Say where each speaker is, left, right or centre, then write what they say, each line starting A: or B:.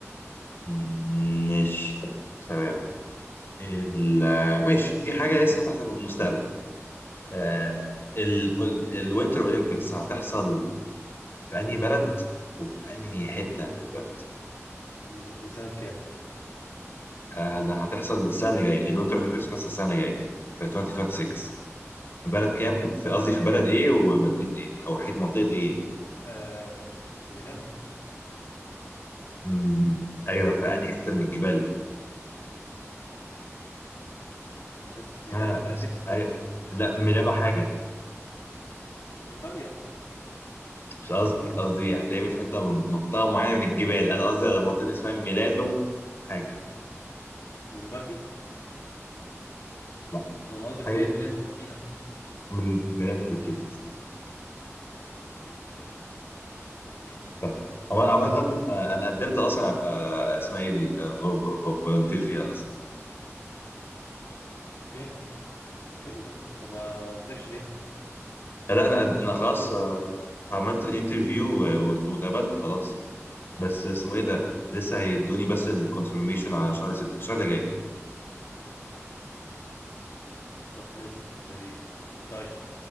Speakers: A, on the left (about 50°); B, on the left (about 75°).
A: مم، ماشي تمام ال ماشي دي حاجه لسه هتحصل في المستقبل آه ال الوينتر اولمبيكس هتحصل في انهي بلد وفي انهي حته من البلد
B: نز- لسانك كام
A: آه، هن- هتحصل السنه اللي جايه الوينتر اولمبيكس هتحصل السنه اللي جايه في 2026 في بلد كام في
B: آه
A: قصدي في بلد ايه ومدينه ايه او حيث منطقه ايه
B: آه ميلانو
A: امم ايوه في انهي حته من الجبال
B: لسه
A: اسمها
B: في ميلانو انت عايز
A: اس...
B: إيه اكتر
A: أي...
B: من كده
A: لا ميلانو حاجه
B: ايطاليا
A: مش قصدي قصدي هتعمل في حته من منطقه معينه من الجبال انا قصدي على منطقه اسمها ميلانو حاجه
B: لومباردي
A: لا
B: ولا قصدك
A: حاجه
B: ان هي
A: ب...
B: ميلانو كورتينا
A: ميل- ميلانو كورتينا بالظبط
B: ماشي
A: صح. عم- عامة
B: ماشي
A: آه، أنا قدمت أصلا أبقى آه، اسمها إيه دي؟ فولنتير فيها
B: طب جامد طب حلو ده طب ما نفعش ليه
A: لا انا قد- انا خلاص آه، عملت الانترفيو و- وت- واتقبلت خلاص بس اسمه ايه ده لسه هيدوني بس الكونفirmation على
B: مم.
A: شهر ست الشهر اللي جاي
B: طب لذيذ لذيذ طيب